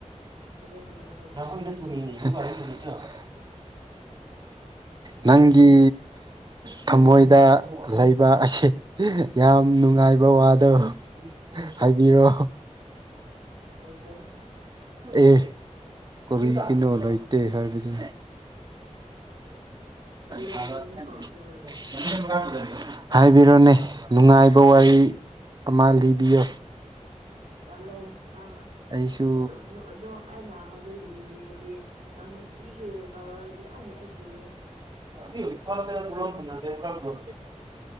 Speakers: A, on the right; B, on the right.
A: ꯀꯔꯤ ꯍꯥꯏꯌꯨ
B: <unintelligible> ꯅꯪꯒꯤ ꯊꯃꯣꯏꯗ ꯂꯩꯕ ꯑꯁꯤ ꯌꯥꯝ ꯅꯨꯡꯉꯥꯏꯕ ꯋꯥꯗꯣ ꯍꯥꯏꯕꯤꯔꯣ
A: ꯂꯩꯇꯦ
B: ꯑꯦ ꯀꯔꯤꯒꯤꯅꯣ ꯂꯩꯇꯦ ꯍꯥꯏꯕꯗꯨ
A: ꯀꯔꯤ ꯂꯩꯗꯣꯏꯅꯣ
B: <unintelligible>
A: ꯑꯗꯨ ꯑꯣꯏꯔꯗꯤ
B: ꯍꯥꯏꯕꯤꯔꯣꯅꯦ ꯅꯨꯡꯉꯥꯏꯕ ꯋꯥꯔꯤ ꯑꯃ ꯂꯤꯕꯤꯌꯣ
A: ꯇꯜꯂꯦ ꯅꯡ
B: ꯑꯩꯁꯨ
A: ꯑꯗꯣ ꯑꯩꯅ ꯍꯧꯖꯤꯛ ꯂꯤꯕꯤꯔꯗꯤ ꯅꯪ ꯅꯨꯡꯇꯤꯒꯤ ꯇꯧꯔꯛꯑꯗꯤ ꯑꯩ ꯑꯩꯁ <unintelligible>
B: <unintelligible>